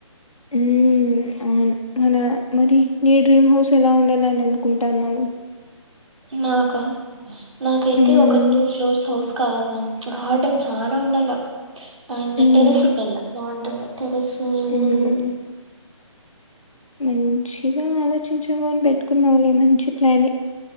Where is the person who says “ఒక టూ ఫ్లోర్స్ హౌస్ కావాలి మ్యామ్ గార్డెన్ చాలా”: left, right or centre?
Right